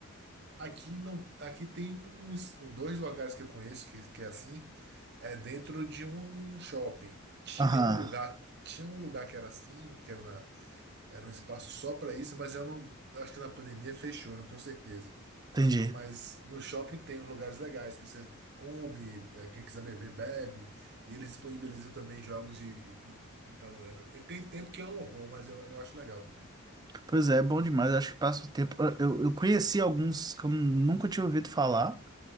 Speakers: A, on the right; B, on the right.
A: Aqui não, aqui tem uns dois locais que eu conheço que, que é assim, é dentro de um shopping. Tinha
B: Aham,
A: um lugar, tinha um lugar que era assim, que era, na- era um espaço só para isso, mas eu não, eu acho que na pandemia fechou, eu não tenho certeza.
B: entendi.
A: Mas no shopping tem uns lugares legais que você come, é, quem quiser beber, bebe, e eles disponibilizam também jogos de, de, de tabuleiro. E tem tempo que eu não vou, mas eu, eu acho legal também.
B: Pois é, é bom demais, acho que passa o tempo. Eu, eu eu conheci alguns que eu nunca tinha ouvido falar.